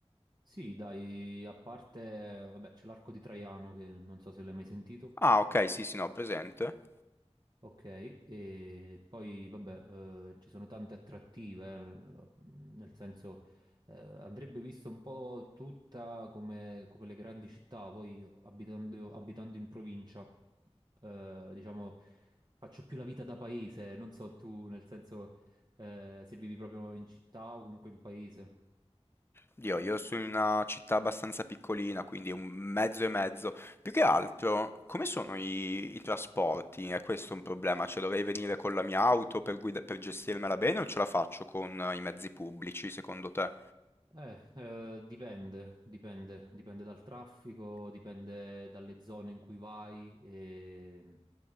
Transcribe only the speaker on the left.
Ah, ok, sì, sì, no, ho presente.
Dio, io sono in una città abbastanza piccolina, quindi un mezzo e mezzo. Più che altro, come sono i, i trasporti? È questo un problema? Cioè, dovrei venire con la mia auto per guida- per gestirmela bene o ce la faccio con eh, i mezzi pubblici, secondo te?